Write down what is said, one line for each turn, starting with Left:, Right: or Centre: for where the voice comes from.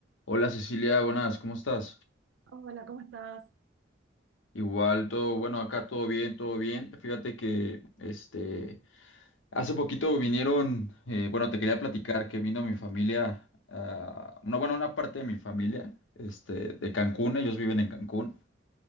Left: Hola Cecilia, buenas, ¿cómo estás?
Right: Hola, ¿cómo estás?
Left: Igual todo, bueno, acá todo bien, todo bien. Fíjate que este hace poquito vinieron, eh, bueno, te quería platicar que vino mi familia, ah, una, bueno, una parte de mi familia, este, de Cancún, ellos viven en Cancún,